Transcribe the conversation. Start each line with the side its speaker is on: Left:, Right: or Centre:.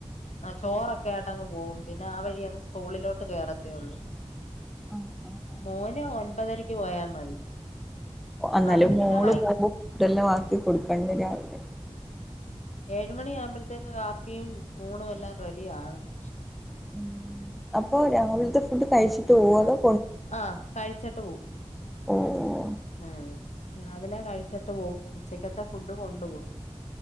Left: ആ ചോറൊക്കെ ആയിട്ട് അങ്ങ് പോകും പിന്നെ ആ വഴി അങ്ങ് സ്കൂളിലോട്ട് കേയറത്തേ ഉള്ളു
Centre: ആഹ് ആഹ് ആഹ്
Left: മോന് ഒൻപതര യ്ക്പോയാ മതി
Centre: എന്നാലും
Left: അവന്
Centre: മോള്
Left: പിന്നെ വൈ
Centre: പോകും ട്ടല്ലൊ ആക്കി കൊടുക്കേണ്ട രാവില്ലേ
Left: ഏഴു മണി ആവുമ്പോഴത്തേക്ക് അ കുപ്പിയും ഊണും എല്ലാം റെഡി ആകണ്
Centre: ഉം അപ്പൊ രാവിൽത്തെ ഫുഡ് കഴിച്ചിട്ട് പോവാതം
Left: ആഹ് കാഴ്ച്ച്ട്ട് പോവും
Centre: ഒ ഓ
Left: ഉം രാവിലെ കഴിച്ചിട്ട് പോവും ഉച്ചക്കത്തെ ഫുഡ് കൊണ്ടു പോവും